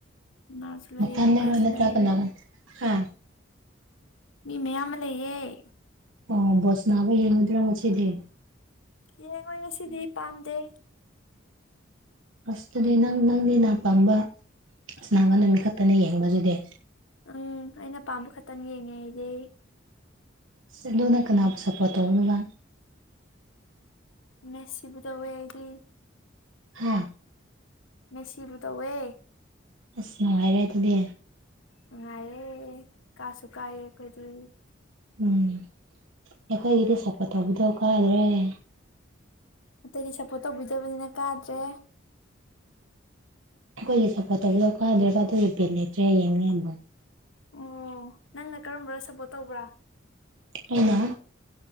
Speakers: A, on the left; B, on the right.
A: ꯏꯃꯥꯁꯨ
B: ꯅꯥꯊꯟꯗꯔꯣ
A: ꯂꯩ ꯕꯕꯥꯁꯨ
B: ꯋꯥꯗ
A: ꯂꯩ
B: ꯇꯕꯅꯕ ꯍꯥ
A: ꯃꯤ ꯃꯌꯥꯝ ꯑꯃ ꯂꯩꯌꯦ
B: ꯑꯣ ꯕꯥꯜꯂ ꯁꯅꯥꯕ ꯌꯦꯡꯉꯨꯗ꯭ꯔꯥ ꯉꯁꯤꯗꯤ
A: ꯌꯦꯡꯉꯣꯏ ꯉꯁꯤꯗꯤ ꯄꯥꯝꯗꯦ
B: ꯑꯁꯇꯗꯤ ꯅꯪ ꯅꯪꯒꯤ ꯅꯥ ꯄꯥꯝꯕ ꯁꯥꯅꯕꯥ ꯅꯨꯃꯤꯠ ꯈꯛꯇꯅꯦ ꯌꯦꯡꯕꯗꯨꯗꯤ
A: ꯎꯝ ꯑꯩꯅ ꯄꯥꯝꯕ ꯈꯛꯇꯪ ꯌꯦꯡꯉꯦ ꯑꯩꯗꯤ
B: ꯑꯗꯨꯅ ꯀꯅꯥꯕꯨ ꯁꯞꯄꯣꯔꯠ ꯇꯧꯅꯕ
A: ꯃꯦꯁꯁꯤꯕꯨ ꯇꯧꯋꯦ ꯑꯩꯒꯤ
B: ꯍꯥꯥ
A: ꯃꯦꯁꯤꯕꯨ ꯇꯧꯋꯦ
B: ꯑꯁ ꯅꯨꯡꯉꯥꯏꯔꯦ ꯑꯗꯨꯗꯤ
A: ꯅꯨꯡꯉꯥꯢꯑꯦ ꯀꯥꯁꯨ ꯀꯥꯏꯑꯦ ꯑꯩꯈꯣꯢꯗꯤ
B: ꯎꯝ ꯑꯩꯈꯣꯏꯒꯤꯗꯤ ꯁꯞꯄꯣꯔꯠ ꯇꯧꯕꯗꯣ ꯀꯥꯔꯤꯌꯦ
A: ꯑꯇꯩꯗꯤ ꯁꯞꯄꯣꯔꯠ ꯇꯧꯕꯤꯗꯕꯅꯤꯅ ꯀꯥꯗ꯭ꯔꯦ
B: ꯑꯩꯈꯣꯏꯒꯤ ꯁꯞꯄꯣꯔꯠ ꯇꯧꯕꯗꯣ ꯀꯥꯗ꯭ꯔꯤꯕ ꯑꯗꯨꯒꯤ ꯕꯤꯠ ꯂꯩꯇ꯭ꯔꯦ ꯌꯦꯡꯉꯦ
A: ꯑꯣ ꯅꯪꯅ ꯀꯔꯝꯕ ꯁꯞꯄꯣꯔꯠ ꯇꯧꯕ꯭ꯔꯥ
B: ꯑꯩꯅ